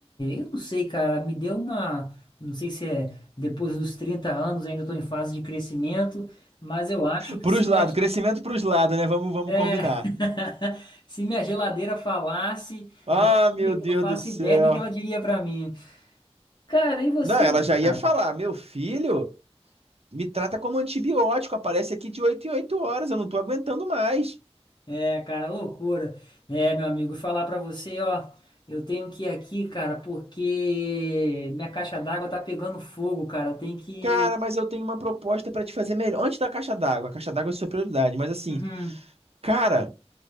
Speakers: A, on the left; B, on the right.
A: eu não sei, cara, me deu uma, não sei se é depois dos 30 anos, ainda tô em fase de crescimento, mas eu acho que
B: Pros
A: se minha,
B: lados, crescimento pros lados, né? Vamos, vamos
A: é,
B: combinar.
A: <laughs> se minha geladeira falasse,
B: Ah,
A: meu
B: meu
A: amigo,
B: Deus
A: eu não faço
B: do céu.
A: ideia do que ela diria pra mim. Cara, e você,
B: Não, ela já
A: cara?
B: ia falar, meu filho, me trata como antibiótico, aparece aqui de 8 em 8 horas, eu não tô aguentando mais.
A: É, cara, loucura. É, meu amigo, falar pra você, ó, eu tenho que ir aqui, cara, porque minha caixa d'água tá pegando fogo, cara. Eu tenho que.
B: Cara, mas eu tenho uma proposta pra te fazer melhor. Antes da caixa d'água, a caixa d'água é sua prioridade, mas assim,
A: Uhum,
B: cara,